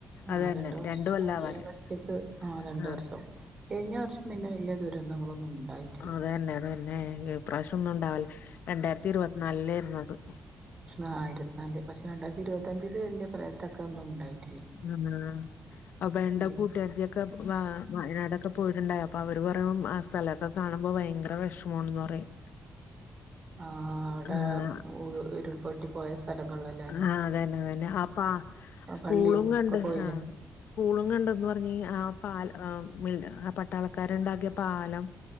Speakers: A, on the right; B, on the left.
A: ആ
B: അതന്നെ
A: രണ്ട് വർഷം
B: കൊല്ലാവാറായി
A: ഈ ആഗസ്റ്റ്ക്ക്. ആ രണ്ടു
B: ആഹ്
A: വർഷം കൈഞ്ഞ വർഷം പിന്നെ വല്യ ദുരന്തങ്ങളൊന്നും ഉണ്ടായി.
B: അതന്നെതന്നെ ഇപ്രാവശ്യം ഒന്നും ഇണ്ടാവല്ലെ രണ്ടായിരത്തി ഇരുപത്തിനാലേരന്നു അത്‌.
A: ആഹ് ഇരത്ത്ന്നാല് പഷേ രണ്ടായിരത്തിരുവത്തഞ്ച്ല് വല്യ പറയത്തക്ക ഒന്നും ഉണ്ടായി.
B: ആണാ അപ്പൊണ്ട
A: ഇനി
B: കൂട്ടാര്ത്തി. ക്കെ വ വയനാടൊക്കെ പോയിട്ടുണ്ടായി അപ്പൊ അവര് പറയു ആ സ്ഥലൊക്കെ കാണുമ്പോ ബൈങ്കര വെഷ് മോണെന്ന് പറയും.
A: ആഹ് അവിടെ
B: ആഹ്
A: ഉരു ഉരുൾപൊട്ടി പോയ സ് സ്ഥലങ്ങൾല്ലെ.
B: ആഹ് അതന്നെതന്നെ അപ്പാ ആ സ്കൂളും
A: പള്ളിയും
B: കണ്ട്
A: ഒക്കെ പോയില്ലേ
B: ആഹ്. സ്കൂളും കണ്ടന്ന് പറഞ് ആ പാൽ ആ മിൽ ആ പട്ടാളക്കാര്ണ്ടാക്കിയ പാലം.